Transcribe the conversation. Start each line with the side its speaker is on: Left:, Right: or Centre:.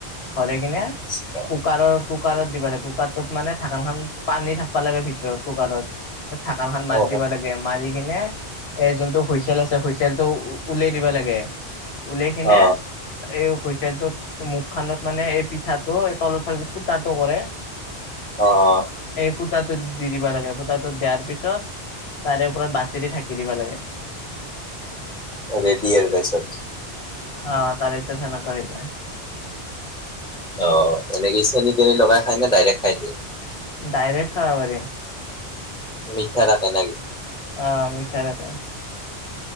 Left: ভৰাই কিনে
Centre: <unintelligible>
Left: কুকাৰত-কুকাৰত দিবা লাগে কুকাৰটোত মানে ঢাকনখন পানী থাকিব লাগে ভিতৰত কুকাৰত। ঢাকানখন মাত
Centre: অ অ
Left: দিব লাগে, মাৰি কিনে এই যোনটো হুইচেল আছে হুইচেলটো উলিয়াই দিব লাগে, উলাই কিনে
Centre: অ
Left: এই হুইচেলটোত মুখ খানত মানে এই পিঠাটো এই তলৰ ফালে ফুটাটো কৰে
Centre: অ', অ'।
Left: এই ফুটাটোত দি দিবা লাগে ফুটাটোত দিয়াৰ পিছত তাৰে ওপৰত বতি দি ঢাকি দিবা লাগে।
Centre: ৰেডী আৰু তাৰপিছত?
Left: অ তাৰেপিছত সেনেকা হৈ যায়।
Centre: অ এনেকি চেনি তেনি লগাই খাই নে ডাইৰেক্ট খাই দিয়ে।
Left: ডাইৰে খাব পাৰি।
Centre: মিঠা থাকে নকি?
Left: অ', মিঠা থাকে।